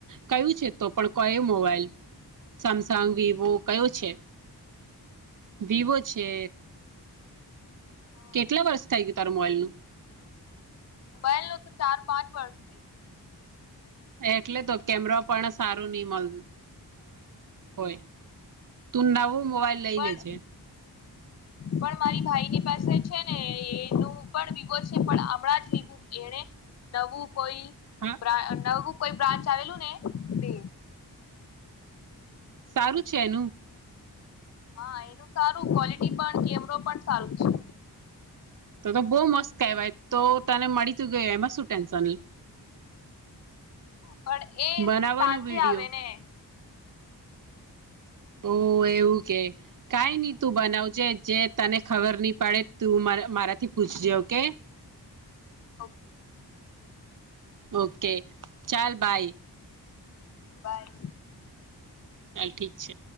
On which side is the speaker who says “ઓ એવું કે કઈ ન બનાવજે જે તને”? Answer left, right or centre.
Right